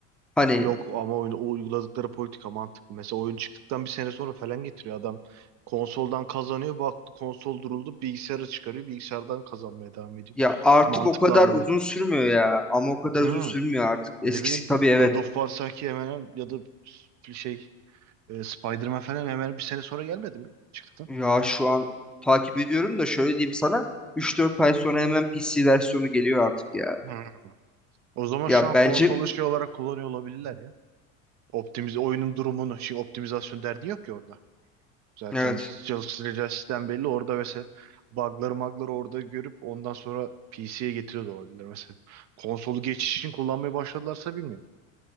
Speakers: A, in the centre; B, on the right.
A: Hani
B: Yok ama oyun, o uyguladıkları politika mantıklı. Mesela oyun çıktıktan bir sene sonra falan getiriyor adam. Konsoldan kazanıyor. Baktı konsol duruldu. Bilgisayara çıkarıyor. Bilgisayardan kazanmaya devam ediyor.
A: ya artık
B: Mantıklı
A: o kadar
B: hamle.
A: uzun sürmüyor ya ama o kadar
B: Hmm.
A: uzun sürmüyor artık. Eskisi
B: Ne bileyim
A: tabii evet.
B: God of War sanki hemen hemen ya da şey E, Spider-Man falan hemen bir sene sonra gelmedi mi çıktıktan?
A: Ya şu an takip ediyorum da şöyle diyeyim sana üç dört ay sonra hemen PC versiyonu geliyor artık ya.
B: Hmm. O zaman
A: Ya
B: şu an
A: bence
B: konsolu şey olarak kullanıyor olabilirler ya. Optimiz oyunun durumunu, şimdi optimizasyon derdi yok ki orada. Zaten
A: evet
B: çalıştıracağı sistem belli. Orada mesela bug'ları magları orada görüp ondan sonra PC'ye getiriyor da olabilir mesela. Konsolu geçiş için kullanmaya başladılarsa bilmiyorum.